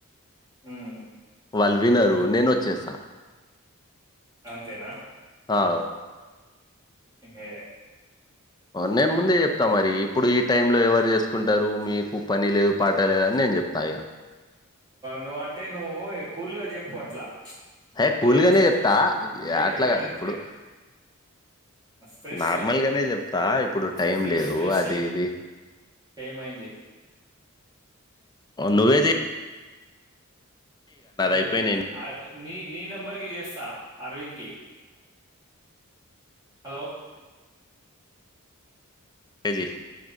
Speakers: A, on the right; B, on the left.
A: ఉమ్,
B: వాళ్ళు వినరు నేనొచ్చేస్త
A: అంతేనా
B: ఆ వు
A: ఏ
B: నేను ముందే చెప్తా మరి ఇప్పుడు ఈ టైంలో ఎవరు చేసుకుంటారు మీకు పని లేదు పాట లేదు అని నేను చెప్తా ఇగ
A: నువ అంటే నువ్వు కూల్గా చెప్పు అట్లా
B: హే
A: అరే
B: కూల్గానే
A: ఇచ్చ
B: చెప్తా
A: ఏ
B: అట్లా కాదు ఇప్పుడు
A: ఎ ఫస్ట్ ఫ్రెష్
B: నార్మల్
A: చెయ్
B: గానే చెప్తా ఇప్పుడు టైం
A: ఫ్రెష్
B: లేదు
A: ఫ్రెష్
B: అది
A: చేయ్
B: ఇది
A: ఏమైంది
B: నువ్వేచెయ్
A: సరే
B: అయిపోయినయి
A: నేను నీ నీ నెంబర్కిి చేస్తా అరవింద్ కి హలో
B: కేజీ